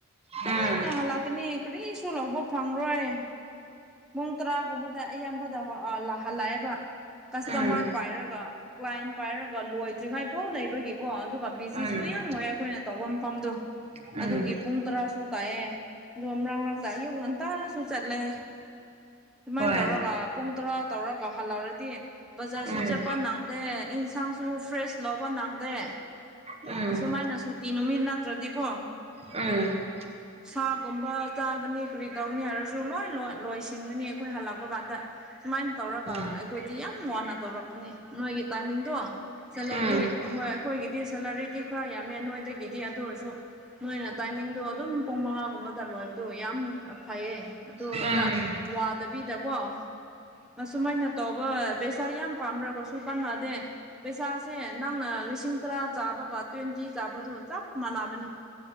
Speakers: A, in the centre; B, on the right.
A: ꯊꯦꯡ
B: ꯎꯝ
A: ꯉꯍꯜꯂꯛꯀꯅꯤ ꯀꯔꯤꯁꯨ ꯂꯧꯕ ꯐꯪꯂꯔꯣꯏ ꯄꯨꯡ ꯇꯔꯥꯒꯨꯝꯕꯗ ꯑꯌꯥꯝꯕꯗ ꯂꯥꯛꯍꯜꯂꯛꯑꯦꯕ ꯀꯁꯇꯃꯔ
B: ꯎꯝ
A: ꯄꯥꯏꯔꯒ ꯀ꯭ꯂꯥꯏꯟ ꯄꯥꯏꯔꯒ ꯂꯣꯏꯗ꯭ꯔꯤꯉꯩꯐꯥꯎ ꯂꯩꯕꯒꯤꯀꯣ ꯑꯗꯨꯒ ꯕꯤꯖꯤꯁꯨ
B: ꯎꯝ
A: ꯌꯥꯝꯉꯣꯏ ꯑꯩꯈꯣꯏꯅ ꯇꯧꯕ ꯃꯐꯝꯗꯣ
B: ꯎꯝ
A: ꯑꯗꯨꯒꯤ ꯄꯨꯡ ꯇꯔꯥ ꯇꯌꯦꯦ ꯑꯗꯨꯣ ꯑꯃꯔꯥꯎꯔꯥꯎ ꯇ ꯌꯨ ꯉꯟꯇꯥꯁꯨ ꯆꯠꯂꯦ ꯁꯨꯃꯥꯏꯅ
B: ꯍꯣꯏ
A: ꯇꯧꯔꯒ ꯄꯨꯡ ꯇꯔꯥ ꯇꯧꯔꯒ ꯍꯜꯂꯥꯎꯔꯗꯤ ꯕꯖꯥꯔꯁꯨ
B: ꯎꯝ
A: ꯆꯦꯠꯄꯜ ꯅꯪ ꯗꯦ ꯏꯟꯁꯥꯡꯁꯨ ꯐ꯭ꯔꯦꯁ ꯂꯧꯕ ꯅꯪꯗꯦ
B: ꯎꯝ
A: ꯑꯁꯨꯃꯥꯏꯅ ꯁꯨꯇꯤ ꯅꯨꯃꯤꯠ ꯅꯠꯇ꯭ꯔꯗꯤꯀꯣ
B: ꯎꯝ
A: ꯁꯥꯒꯨꯝꯕ ꯆꯥꯒꯅꯤ ꯀꯔꯤ ꯇꯧꯅꯤ ꯍꯥꯏꯔꯁꯨ ꯂꯣꯏ ꯂꯣꯏꯁꯤꯟꯒꯅꯤ ꯑꯩꯈꯣꯏ ꯍꯜꯂꯛꯄ ꯀꯥꯟꯗ ꯁꯨꯃꯥꯏꯅ ꯇꯧꯔꯒ
B: ꯎꯝ ꯎꯝ
A: ꯑꯩꯈꯣꯏꯗꯤ ꯌꯥꯝ ꯋꯥꯅ ꯇꯧꯔꯛꯄꯅꯤ ꯅꯣꯏꯒꯤ ꯇꯥꯏꯃꯤꯡꯗꯣ ꯁꯦꯂꯔꯤ
B: ꯎꯝ
A: ꯍꯣꯏ ꯑꯩꯈꯣꯏꯒꯤꯗꯤ ꯁꯦꯂꯔꯤꯗꯤ ꯈꯔ ꯌꯥꯝꯃꯦ ꯅꯣꯏꯗꯒꯤꯗꯤ ꯑꯗꯨ ꯑꯣꯏꯔꯁꯨ ꯅꯣꯏꯅ ꯇꯥꯏꯃꯤꯡꯗꯣ ꯑꯗꯨꯝ ꯄꯨꯡ ꯃꯉꯥꯒꯨꯝꯕꯗ ꯂꯣꯏꯕꯗꯨ ꯌꯥꯝ ꯐꯩꯌꯦ ꯑꯗꯨꯇꯥ
B: ꯎꯝ ꯎꯝ ꯎꯝ
A: ꯋꯥꯗꯕꯤꯗꯀꯣ ꯃꯁꯨꯃꯥꯏꯅ ꯇꯧꯕ ꯄꯩꯁꯥ ꯌꯥꯝ ꯄꯥꯝꯂ꯭ꯔꯒ ꯇꯨ ꯀꯥꯟ ꯅꯅꯥꯗꯦ ꯄꯩꯁꯥꯁꯦ ꯅꯪꯅ ꯂꯤꯁꯤꯡ ꯇꯔꯥ ꯆꯥꯕꯒ ꯇ꯭ꯋꯦꯟꯇꯤ ꯆꯥꯕꯗꯨ ꯆꯞ ꯃꯥꯟꯅꯕꯅꯤ